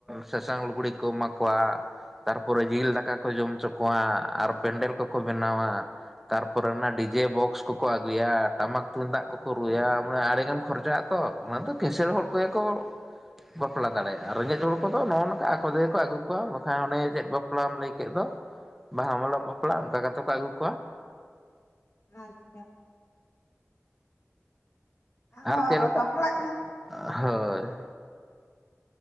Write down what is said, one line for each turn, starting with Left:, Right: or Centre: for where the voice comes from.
Centre: ᱥᱟᱥᱟᱝ ᱞᱩᱜᱽᱲᱤᱜ ᱠᱚ ᱮᱢᱟ ᱠᱚᱣᱟ ᱾ ᱛᱟᱨᱯᱚᱨᱮ ᱡᱤᱞ ᱫᱟᱠᱟ ᱠᱚ ᱡᱚᱢ ᱪᱚ ᱠᱚᱣᱟ ᱟᱨ ᱯᱮᱱᱰᱮᱞ ᱠᱚᱠᱚ ᱵᱮᱱᱟᱣᱟ ᱾ ᱛᱟᱨᱯᱚᱨᱮ ᱚᱱᱟ ᱰᱤᱡᱮ ᱵᱚᱠᱥ ᱠᱚᱠᱚ ᱟᱹᱜᱩᱭᱟ, ᱴᱟᱢᱟᱠ ᱛᱩᱢᱫᱟᱜ ᱠᱚᱠᱚ ᱨᱩᱭᱟ ᱢᱟᱱᱮ ᱟᱹᱨᱤᱜᱟᱱ ᱠᱷᱚᱨᱪᱟᱜᱼᱟ ᱛᱚ ᱾ ᱚᱱᱟ ᱫᱚ ᱠᱤᱥᱟᱹᱲ ᱦᱚᱲ ᱠᱚᱜᱮ ᱠᱚ ᱵᱟᱯᱞᱟ ᱫᱟᱲᱮᱭᱟᱜᱼᱟ, ᱨᱮᱸᱜᱮᱡ ᱦᱚᱲ ᱠᱚᱫᱚ ᱱᱚᱜᱼᱚ ᱱᱚᱝᱠᱟ ᱟᱠᱚ ᱛᱮᱠᱚ ᱟᱹᱜᱩ ᱠᱚᱣᱟ ᱾ ᱵᱟᱠᱷᱟᱱ ᱚᱱᱮ ᱪᱮᱫ ᱵᱟᱯᱞᱟᱢ ᱞᱟᱹᱭ ᱠᱮᱫ ᱫᱚ, ᱵᱟᱦᱟ ᱢᱟᱞᱟᱜ ᱵᱟᱯᱞᱟ ᱚᱝᱠᱟ ᱠᱟᱛᱮ ᱠᱚ ᱟᱹᱜᱩ ᱠᱚᱣᱟ ᱾
Left: ᱟᱪᱪᱷᱟ ᱾ ᱟᱫᱚ
Centre: ᱟᱨ ᱪᱮᱫ ᱞᱮᱠᱟ
Left: ᱵᱟᱯᱞᱟᱜ ᱠᱷᱟᱱ
Centre: <inaudible> ᱦᱳᱭ ᱾